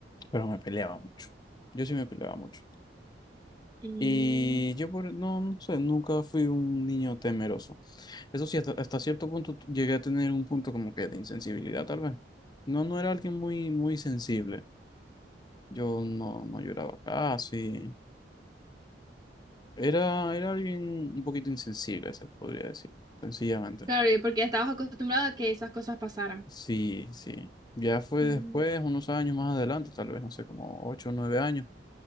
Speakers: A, on the left (about 25°); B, on the right (about 25°).
A: pero me peleaba mucho. Yo sí me peleaba mucho.
B: Mm.
A: Y yo por, no, no sé, nunca fui un niño temeroso. Eso sí, hasta, hasta cierto punto tu- llegué a tener un punto como que de insensibilidad, tal vez. No, no era alguien muy, muy sensible. Yo no, no lloraba casi. Era, era alguien un poquito insensible, se podría decir, sencillamente.
B: Claro, y porque estabas acostumbrado a que esas cosas pasaran.
A: Sí, sí. Ya fue
B: Ujú.
A: después, unos años más adelante, tal vez, no sé, como ocho o nueve años